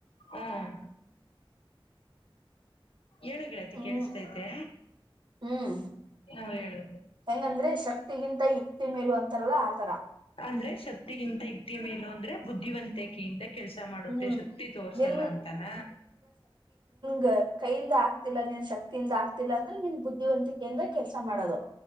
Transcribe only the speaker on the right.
ಹ್ಮ್
ಹ್ಮ್
ಹೆಂಗಂದ್ರೆ ಶಕ್ತಿಗಿಂತ ಯುಕ್ತಿ ಮೇಲು ಅಂತಾರಲ್ಲ ಆತರ
ಹ್ಮ್
ನಿನ್
ಗ ಕೈಯಿಂದ ಆಗ್ತಿಲ್ಲಾ ನಿನ್ ಶಕ್ತಿಯಿಂದ ಆಗ್ತಿಲ್ಲ ಅಂದ್ರೆ ನಿನ್ ಬುದ್ಧಿವಂತಿಕೆಯಿಂದ ಕೆಲ್ಸ ಮಾಡೋದು.